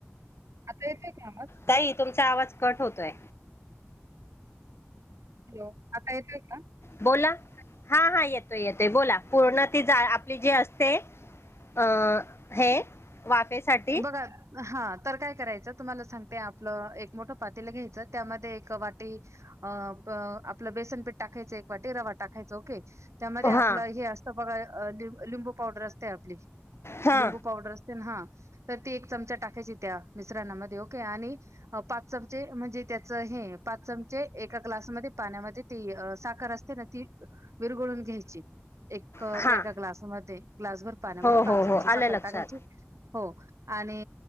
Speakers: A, on the right; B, on the left.
A: आता येतय का आवाज.
B: ताई तुमचा आवाज कट होतोय.
A: हॅलो आता येतोय का.
B: बोला हा हा येतोय येतोय बोला पूर्ण ती जा आपली जी असते. अ हे. वाफेसाठी.
A: बघा. हा तर काय करायचं तुम्हाला सांगते आपलं एक मोठं पातील घ्यायचं त्यामध्ये एक वाटी. अ आपलं बेसनपीठ टाकायचं एक वाटी रवा टाकायचं ओके. त्यामध्ये
B: हा
A: आपलं हे असतं बघा ल लिंबू पावडर असते आपली
B: हा
A: लिंबू पावडर अस. हा तर ती एक चमचा टाकायची त्या मिश्रणामध्ये ओके आणि. अ पाच चमचे म्हणजे त्याच हे पाच चमचे एका ग्लासमध्ये पाण्यामध्ये. ती साखर असते ना ती विरगळून घ्यायची. एक
B: हा
A: एका ग्लासमध्ये ग्लासभर पाण्यामध्ये
B: हो हो
A: पाच चमचे
B: हो आलं
A: साखर
B: लक्षात
A: टाकायची हो. आणि